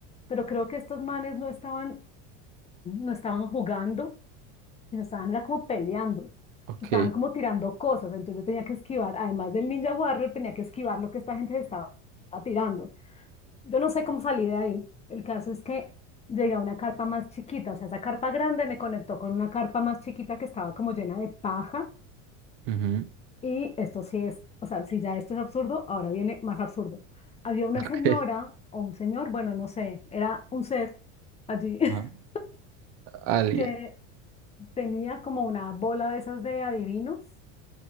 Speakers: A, on the left; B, on the right.
A: pero creo que estos manes no estaban, no estaban jugando y nos estaban era como peleando,
B: Ok,
A: se estaban como tirando cosas, entonces yo tenía que esquivar, además del Ninja Warrior, tenía que esquivar lo que esta gente se estaba tirando. Yo no sé cómo salí de ahí. El caso es que llegué a una carpa más chiquita, o sea, esa carpa grande me conectó con una carpa más chiquita que estaba como llena de paja
B: ujú,
A: y esto sí es, o sea, si ya esto es absurdo, ahora viene más absurdo. Había una
B: ok,
A: señora o un señor, bueno, no sé, era un ser allí <laughs>
B: ajá, alguien.
A: que tenía como una bola de esas de adivinos